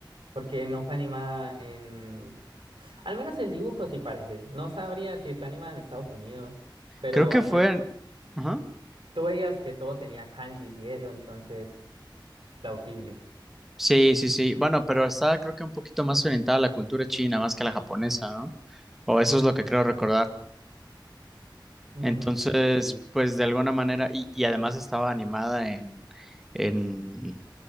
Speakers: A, on the right; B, in the centre.
A: porque no fue animada en... Al menos el dibujo sí parece. No sabría si fue animada en Estados Unidos, pero
B: creo que
A: al,
B: fue, ajá.
A: Tú veías que todo tenía kanjis y eso, entonces, plausible.
B: Sí, sí, sí, bueno, pero está creo que un poquito más orientada a la cultura china más que a la japonesa, ¿no? O eso es lo que creo recordar.
A: Mm,
B: Entonces,
A: sí, sí, sí.
B: pues de alguna manera, y, y además estaba animada en, en